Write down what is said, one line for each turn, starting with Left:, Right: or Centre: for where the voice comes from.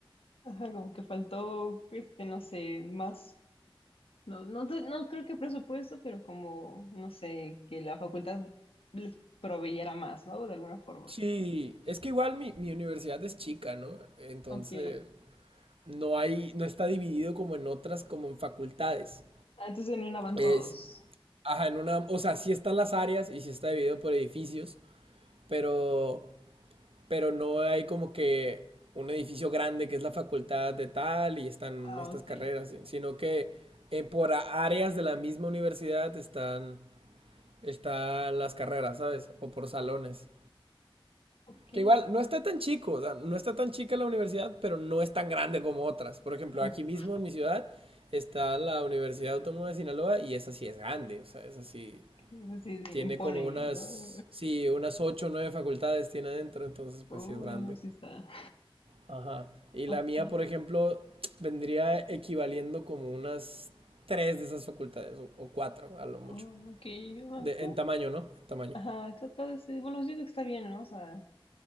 Left: Ajá, como que faltó, este, no sé, más, no, no, sé, no creo que presupuesto, pero como, no sé, que la facultad les proveyera más, ¿no? De alguna forma.
Right: Sí, es que igual mi, mi universidad es chica, ¿no? Entonces
Left: Ok.
Right: no hay, no está dividido como en otras, como en facultades.
Left: Ah, entonces en una van
Right: Es,
Left: todos.
Right: ajá, en una, o sea, sí están las áreas y sí está dividido por edificios, pero, pero no hay como que un edificio grande que es la facultad de tal y están
Left: Ah,
Right: estas
Left: ok.
Right: carreras, eh, sino que eh, por áreas de la misma universidad están, están las carreras, ¿sabes? O por salones.
Left: Ok.
Right: Que igual no está tan chico, o sea, no está tan chica la universidad, pero no es tan grande como otras. Por ejemplo,
Left: Ok.
Right: aquí mismo en mi ciudad está la Universidad Autónoma de Sinaloa y esa sí es grande, o sea, esa sí
Left: Eso sí se
Right: Tiene
Left: impone,
Right: como unas,
Left: ¿no?
Right: sí, unas ocho o nueve facultades tiene adentro, entonces
Left: Uy,
Right: pues sí es grande.
Left: no, sí está.
Right: Ajá. Y
Left: Ok.
Right: la mía, por ejemplo, vendría equivaliendo como unas tres de esas facultades, o, o cuatro a lo mucho.
Left: Oh, ok.
Right: De-
Left: Ajá.
Right: en tamaño, ¿no? En tamaño.
Left: Ajá, está- está- está- bueno, yo digo que está bien, ¿no? O sea,